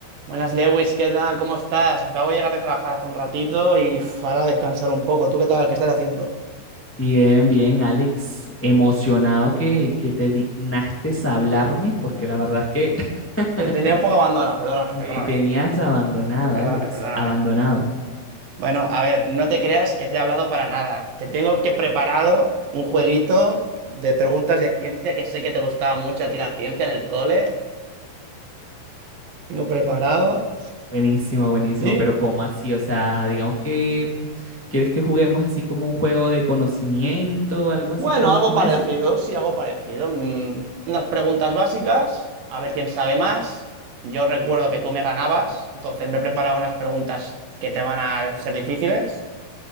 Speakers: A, on the right; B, in the centre.
A: Buenas, Lewis, ¿qué tal? ¿Cómo estás? Acabo de llegar de trabajar hace un ratito y uf, ahora a descansar un poco. ¿Tú qué tal? ¿Qué estás haciendo?
B: Bien, bien, Alex, emocionado que, que te dignaste a hablarme, porque la verdad es que <laughs>
A: Te tenía un poco abandonado, perdóname,
B: me
A: perdóname,
B: tenías abandonado,
A: perdóname,
B: Alex,
A: perdóname.
B: abandonado.
A: Bueno, a ver, no te creas que te he hablado para nada. Te tengo que preparado un jueguito de preguntas de ciencia que sé que te gustaba mucho a ti la ciencia en el cole. Tengo preparado.
B: Buenísimo, buenísimo,
A: Sí.
B: pero ¿cómo así? O sea, digamos que mm, ¿quieres que juguemos así como un juego de conocimiento, algo así
A: Bueno,
B: como
A: algo parecido,
B: eso?
A: sí, algo parecido. Mm, unas preguntas básicas, a ver quién sabe más. Yo recuerdo que tú me ganabas, entonces me he preparado unas preguntas que te van a ser difíciles.